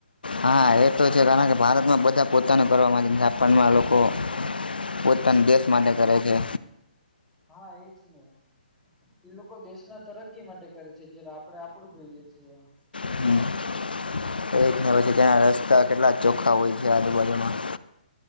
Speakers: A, on the left; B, in the centre.
A: હા એ તો છે કારણ કે ભારતમાં બધા પોતાનું કરવાવામાં જાપાનમાં લોકો પોતાન દેશ
B: હા
A: માટે કરે છે
B: હા એજ ને એ લોકો દેશના તરક્કી માટે કરે છે જ આપણેે આપડું જોઈએ છીએ
A: હમ <inaudible> એ જ
B: હમ,
A: ને પછી ત્યાના રસ્તા કેટલા ચોખ્ખા હોય છે આજુબાજુમાં